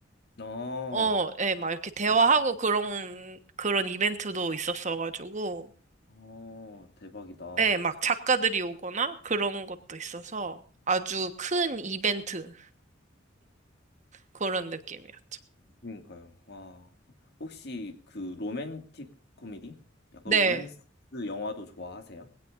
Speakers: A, on the left; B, on the right.
A: 아,
B: 어, 예, 막 이렇게 대화하고
A: 아,
B: 그런, 그런 이벤트도 있었어가지고,
A: 어, 대박이다.
B: 예, 막 작가들이 오거나 그런 것도 있어서 아주 큰 이벤트, 그런 느낌이었죠.
A: 그러니까요. 와, 혹시 그 로맨틱 코미디? 약간
B: 네.
A: 로맨스 영화도 좋아하세요?